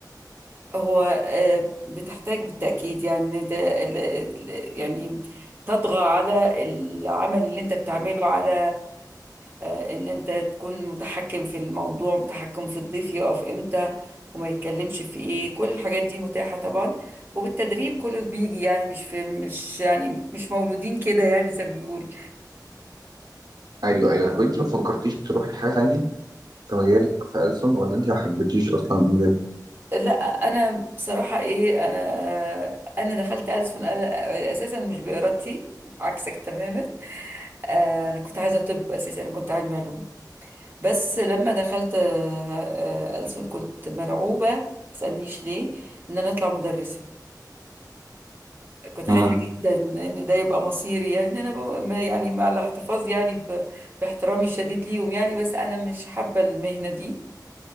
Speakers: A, on the right; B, on the right.
A: هو آه، بتحتاج بالتأكيد يعني ان انت ال- ال- يعني تطغى على العمل اللي انت بتعمله على آه، ان انت تكون متحكم في الموضوع متحكم في الضيف يقف امتى وما يتكلمش في ايه كل الحاجات دي متاحة طبعا وبالتدريب كله بيجي يعني مش في مش يعني مش مولودين كده يعني زي ما بيقول
B: ايوه ايوه طب انت ما فكرتيش تروحي حاجه تانية في مجالك في ألسن ولا انت ما حبيتيش اصلا المجال
A: لا انا بصراحة ايه انا انا دخلت ألسن انا اساسا مش بإرادتي عكسك تماما آه، انا كنت عايزه طب اساسا انا كنت علمي علوم بس لما دخلت آه، آه، ألسن كنت مرعوبه ما تسالنيش ليه ان انا اطلع مدرسه كنت خايفه
B: امم
A: جدا ان ده يبقى مصيري يعني إن انا ب... ما- يعني مع الاحتفاظ يعني ب... باحترامي الشديد ليهم يعني بس انا مش حابه المهنه دي